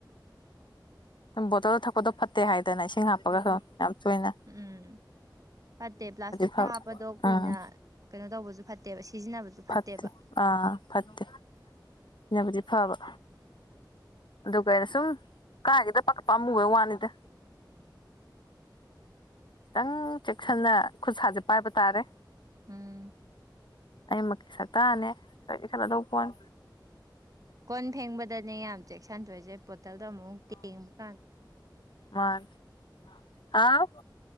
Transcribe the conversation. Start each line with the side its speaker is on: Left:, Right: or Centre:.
Left: ꯎꯝ ꯕꯣꯇꯜꯗ ꯊꯛꯄꯗꯣ ꯐꯠꯇꯦ ꯍꯥꯏꯗꯅ ꯏꯁꯤꯡ ꯍꯥꯞꯄꯒꯁꯨ ꯌꯥꯝ ꯊꯣꯏꯅ
Right: ꯎꯝ ꯐꯠꯇꯦ ꯄ꯭ꯂꯥꯁꯇꯤꯛꯇ
Left: ꯐꯕ
Right: ꯍꯥꯞꯄꯗꯣ ꯀꯨꯏꯅ
Left: ꯎꯝ
Right: ꯀꯩꯅꯣ ꯇꯧꯕꯁꯨ ꯐꯠꯇꯦꯕ ꯁꯤꯖꯤꯟꯅꯕꯁꯨ ꯐꯠꯇꯦꯕ
Left: ꯐꯠꯇꯦ ꯑꯥ ꯐꯠꯇꯦ ꯅꯩꯅꯕꯗꯤ ꯐꯥꯕ ꯑꯗꯨꯒ ꯀꯩꯅ ꯁꯨꯝ ꯀꯥꯏꯒꯤꯗ ꯄꯛꯄꯝꯃꯨꯕꯩ ꯋꯥꯅꯤꯗ ꯈꯤꯇꯪ ꯆꯦꯛꯁꯤꯟꯅ ꯈꯨꯠꯁꯥꯁꯦ ꯄꯥꯏꯕ ꯇꯥꯔꯦ
Right: ꯎꯝ
Left: ꯑꯩꯃꯛꯀꯤ ꯁꯛꯇꯥꯛꯔꯅꯦ ꯁꯣꯏ ꯂꯤꯈꯠꯂꯗꯧꯕ ꯄꯣꯟ
Right: ꯀꯣꯟ ꯐꯦꯡꯕꯗꯅꯦ ꯌꯥꯝ ꯆꯦꯛꯁꯤꯟꯗꯣꯏꯁꯦ ꯕꯣꯇꯜꯗꯣ ꯑꯃꯨꯛ ꯇꯦꯡꯕ ꯀꯥꯟꯗ
Left: ꯃꯥꯥꯟꯅꯦ ꯍꯥꯎ